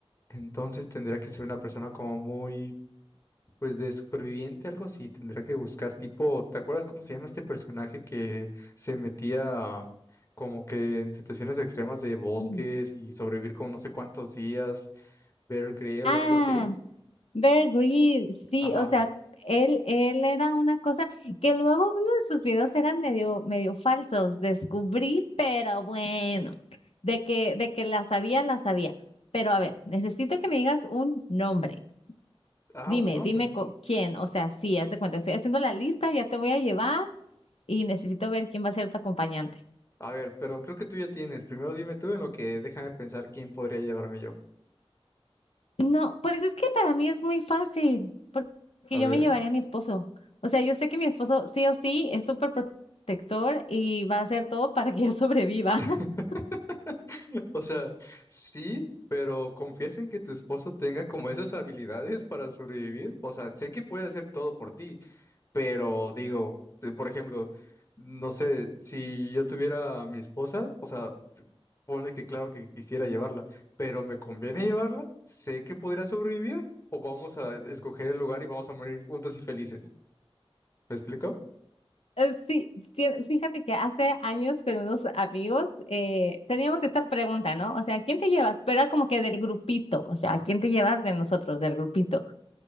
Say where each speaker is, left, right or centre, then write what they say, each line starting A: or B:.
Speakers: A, on the left; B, on the left.
A: Entonces tendría que ser una persona como muy pues de superviviente, algo así, tendría que buscar tipo, ¿te acuerdas cómo se llama este personaje que se metía como que en situaciones extremas de bosques
B: Mm.
A: y sobrevivir con no sé cuántos días? Bear Grylls,
B: Ah,
A: algo así.
B: Bear Grylls, sí,
A: Ajá.
B: o sea, él, él era una cosa que luego uno de sus videos eran medio, medio falsos, descubrí, pero bueno, de que, de que la sabía, la sabía. Pero a ver, necesito que me digas un nombre.
A: Ah,
B: Dime,
A: un nombre.
B: dime co- quién, o sea, sí, haz de cuenta, estoy haciendo la lista, ya te voy a llevar y necesito ver quién va a ser tu acompañante.
A: A ver, pero creo que tú ya tienes. Primero dime tú en lo que déjame pensar quién podría llevarme yo.
B: No, pues es que para mí es muy fácil, por- porque
A: A
B: yo
A: ver.
B: me llevaría a mi esposo. O sea, yo sé que mi esposo sí o sí es súper protector y va a hacer todo para que yo sobreviva.
A: <laughs>
B: <laughs>
A: O sea, sí, pero ¿confías en que tu esposo tenga como esas habilidades para sobrevivir? O sea, sé que puede hacer todo por ti, Pero digo, eh, por ejemplo, no sé, si yo tuviera a mi esposa, o sea, ponle que claro que quisiera llevarla, pero ¿me conviene llevarla? ¿Sé que podría sobrevivir? ¿O vamos a escoger el lugar y vamos a morir juntos y felices? ¿Me explico?
B: Eh, Sí, sí, fíjate que hace años con unos amigos eh, teníamos esta pregunta, ¿no? O sea, ¿quién te llevas? Pero era como que del grupito, o sea, ¿quién te llevas de nosotros, del grupito?